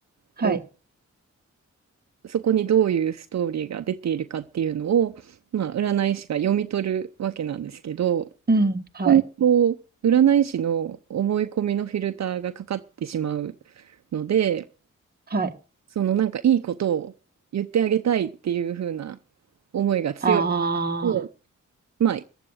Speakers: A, on the right; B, on the right.
A: はい、
B: こう、そこにどういうストーリーが出ているかっていうのを、まあ、占い師が読み取るわけなんですけど、こ
A: うん、はい、
B: こにこう、占い師の思い込みのフィルターがかかってしまうので、
A: はい。
B: そのなんかいいことを言ってあげたいっていう風な思いが強い
A: あ
B: と、まあ、